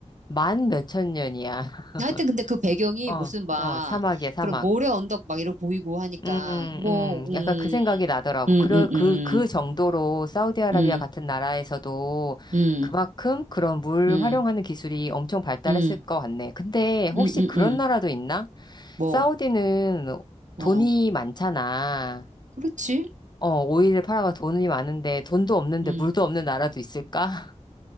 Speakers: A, on the left; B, on the right.
A: 만 몇천 년이야. <laughs>
B: 하여튼 근데 그 배경이
A: 어,
B: 무슨 막,
A: 어, 사막이야, 사막.
B: 그런 모래 언덕 막 이러고 보이고 하니까,
A: 음,
B: 뭐,
A: 음,
B: 음,
A: 약간 그 생각이 나더라고.
B: 음,
A: 그,
B: 음,
A: 그,
B: 음,
A: 그 정도로 사우디아라비아
B: 음,
A: 같은 나라에서도
B: 음,
A: 그만큼 그런 물
B: 음,
A: 활용하는 기술이 엄청 발달했을
B: 음,
A: 것 같네. 근데 혹시
B: 음, 음,
A: 그런
B: 음. 음.
A: 나라도 있나?
B: 뭐,
A: 사우디는
B: 어,
A: 돈이 많잖아.
B: 그렇지.
A: 어, 오일을 팔아가 돈이 많은데 돈도 없는데
B: 음.
A: 물도 없는 나라도 있을까? <laughs>